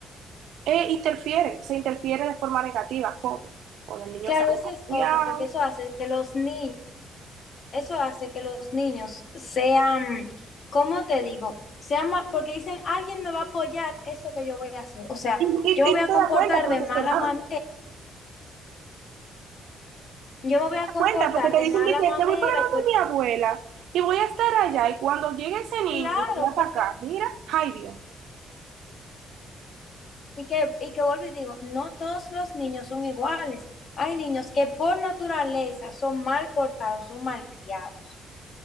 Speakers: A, on the right (about 80°); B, on the left (about 50°).
A: eh, interfiere, se interfiere de forma negativa, ¿cómo? Cuando el niño
B: Claro,
A: sale
B: esa
A: mal
B: es
A: criado.
B: otra, porque eso hace que los niños, eso hace que los niños sean, ¿cómo te digo? Sean, ma- porque dicen, alguien me va a apoyar eso que yo voy a hacer. O sea,
A: Y, y,
B: yo me
A: y
B: voy
A: tú
B: a
A: te
B: comportar
A: das cuenta porque
B: de mala
A: se da.
B: manera, yo me voy a comportar
A: cuenta, porque te
B: de
A: dicen
B: mala
A: de que
B: manera,
A: te voy para donde
B: yo,
A: mi abuela y voy a estar allá. Y cuando llegue ese niño,
B: claro,
A: y lo lleva
B: porque,
A: para acá, mira, ay Dios.
B: y que, y que vuelvo y digo, no todos los niños son iguales. Hay niños que por naturaleza son mal portados, son malcriados.